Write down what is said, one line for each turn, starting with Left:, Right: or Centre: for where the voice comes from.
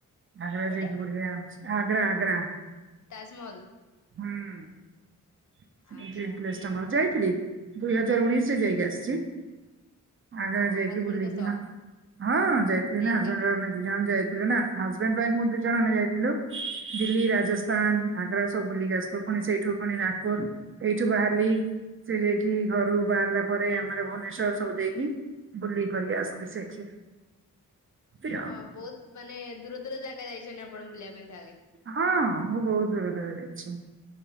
Right: ଆଗ୍ରା
Left: କୁଆଡେ?
Right: ଯାଇକି ବୁଲିବା ଆ ଆଗ୍ରା ଆଗ୍ରା।
Left: ତାଜମହଲ।
Right: ହୁଁ
Left: ଆଚ୍ଛା
Right: ଡ୍ରିମ୍ ପ୍ଲେସ ଟା ମୋର ଯାଇ ଦୁଇ ହଜାର ଉଣେଇଶ ରେ ଯାଇକି ଆସିଛି। ଆଗ୍ର
Left: ଓ
Right: ଯାଇକି
Left: ହଜବେଣ୍ଡଙ୍କ
Right: ବୁଲିକି
Left: ସହ
Right: ହଁ ହଁ ଯାଇଥିଲି
Left: ନା
Right: ନାଜଣ୍ଡେ
Left: ଏକା?
Right: ଦି ଜଣ ଯାଇ ହଜବାଣ୍ଡ ୱାଇ ଦ ଜଣ ଆମେ ଯାଇଥିଲୁ ଦିଲ୍ଲୀ ରାଜସ୍ଥାନ
Left: ହୁଁ
Right: ଆଗ୍ରା ସବୁ ବୁଲିକି ଆସଥିଲୁ ପୁଣି ସେଇଠୁ ପୁଣି ନାଗପୁର ଏଇଠୁ ବାହାରିଲି ସେ ଯାଇକି ଘରୁ ବାହାରିଲା ପରେ ଆମର ଭୁବନେଶ୍ଵର ସବୁ ଦେଇକି ବୁଲ କରିକି ଆସଥିଲୁ ସେଠି। ଏମିତି ଆଉ।
Left: ହଁ ବହୁତ ମାନେ ଦୂର ଦୂର ଯାଗା ଏକା ଯାଇଛନ୍ତି, ଆପଣ ବୁଲିବା ପାଇଁ ତାହେଲେ
Right: ହଁ ମୁଁ ବହୁତ ଦୂର ଦୂର ଯାଇଚି।